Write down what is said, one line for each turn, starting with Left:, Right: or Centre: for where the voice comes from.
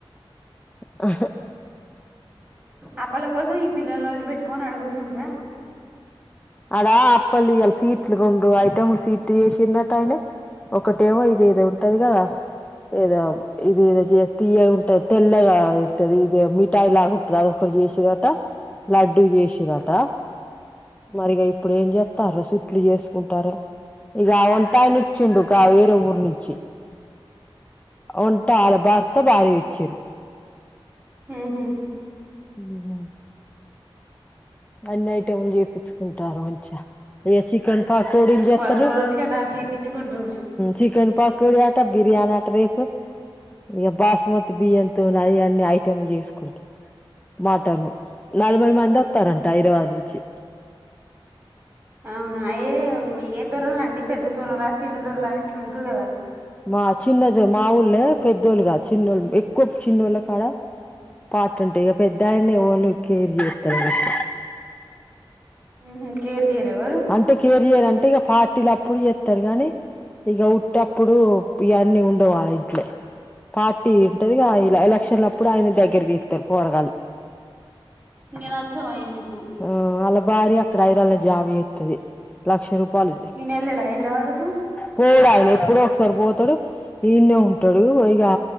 Left: ఆ
Right: అప్పల కోసం ఈ పిల్లలను వదిలు పెట్టుకొని అడ కూసుంట్ర
Left: అడా అప్పలి ఇ సీట్లు రెండు ఐటెలు సీట్లు చేసిండటా ఆయనే ఒకటేమో ఇది ఏదో ఉంటదిగాద ఏదో ఇది ఏదో చేస్త తీయ్యగా ఉంటది తెల్లగా ఉంటది ఇది మిఠాయి లాగాంటంది అదిక్కటి చేసిర్దట లడ్ డ్డు చేసిరాట మరిగా ఇప్పుడు ఏం చేస్తార్రో సుట్లు చేసుకుంటారా ఇక వంటాయిన వచ్చిండు గా వేరే ఊరు నుంచి వంట ఆళ భర్త భార్య వచ్చిరు
Right: ఉహు
Left: ఉ అన్ని ఐటెంలు చేపిచ్చుకుంటారు మంచిగా ఇగ చికన్ పకోడి లు చేత్రారు
Right: వాళ్ళు దూరాలు కదా చేపిచ్చుకుంట్రు
Left: చికన్ పకోడి బిర్యానాటా రేపు ఇక బాస్మతి బియ్యంతో అ అన్ని ఐటెంలు చేసుకుంట మటన్ నలభై మంది వస్తారంట హైదరాబాద్ నుంచి
Right: అవునా అయ ఏ దోరలండి పెద్ద దొరల చిన్న దొరల ఇంట్లు ఉంటరు కదా
Left: మా చిన్నది మా ఉల్లే పెద్దోళ్ళగా చిన్నోళ్ళు ఎక్కువ చిన్నోళ్ళ కాడ ఇంపార్టెంట్ ఇక పెద్ద ఆయన్న ఎవలు కేర్ చేస్తా లేరు ఎక్కువ
Right: ఉహు కేర్ చేయర ఎవరు
Left: అంటే కేెర్ చేయర్ అంటే ఇక పార్టీలప్పుడు చెతరు కాగానీ ఇక ఉట్టప్పుడు ఇవన్నీ ఉండేవా ఇట్లే పార్టీ ఉంటది ఇల ఎలక్షన్ల అప్పుడు ఆయన్ను దగ్గర తీస్తారు పోరగాల్లు
Right: ఇగ నచ్చవాయనాకు
Left: ఆ అళ్లా భార్య అక్కడ హైడ్రావాల జాబ్ చేస్తది లక్ష రూపాయలు
Right: ఇన ఎల్లడా హైదరాబాద్కు
Left: పోడు ఆయన ఎప్పుడో ఒకసారి పోతాడు ఇన్నే ఉంటాడు ఇగ